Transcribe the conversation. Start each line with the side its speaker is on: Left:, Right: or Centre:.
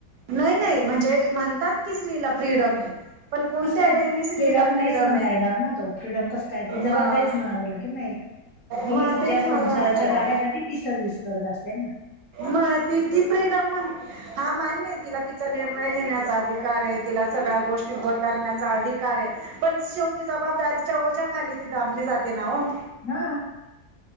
Right: नाही नाही म्हणजे म्हणतात की स्त्री ला फ्रीडम आहे. पण कोणत्या
Left: कसं काय
Right: वेहिने स्रीला फ्रीडम
Left: नाहीच म्हणता
Right: आहे
Left: येणार ना तो फ्रीडम कसं काय ती जबाबदारीच
Right: हा
Left: म्हणावी लागेल ना एक ती
Right: म
Left: तिच्या
Right: तेच
Left: संसाराच्या
Right: मला म्हणायचंय.
Left: गाड्यासाठी ती सर्व्हिस करत असते ना
Right: म त ती फ्रीडम म्हण हा मान्य आहे तिला तिचा निर्णय घेण्याचा अधिकार आहे. तिला सगळ्या गोष्टी उभ करण्याचा आधिक आहे पण शेवटी जबाबदारीच्या ओज्याखाली ती दाबली जाते ना हो..
Left: ह